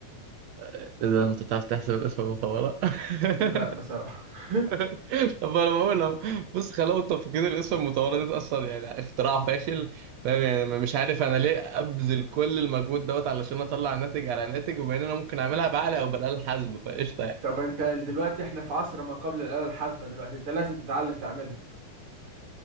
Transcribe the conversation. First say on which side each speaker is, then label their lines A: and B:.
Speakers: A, on the right; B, on the right.
A: إيه ده انت بتعرف تحسب الاسم المطوله <laughs>
B: لا بصراحة <laughs>
A: <laughs> طب انا بقول أهو، بص خلقوا التفكير الاسم المتورط ده اصلا يعني اختراع فاشل فاهم يعني ما- مش عارف انا ليه ابذل كل المجهود دوت علشان اطلع ناتج على ناتج وبما ان انا ممكن اعملها بعقل او بالاله الحاسبه فقشطه يعني
B: طب انت دلوقتي احنا في عصر ما قبل الآلة الحاسبة دلوقتي انت لازم تتعلم تعملها